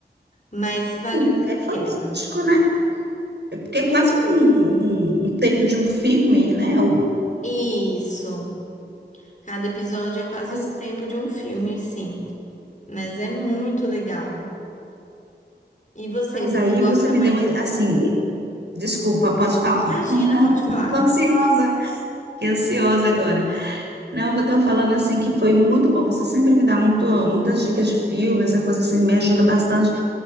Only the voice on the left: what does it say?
Mas vale
muito
a
pena.
Isso. Cada episódio é quase
o tempo de um filme, sim. Mas é muito legal. E você,
você
gosta
mais?
Imagina, pode falar.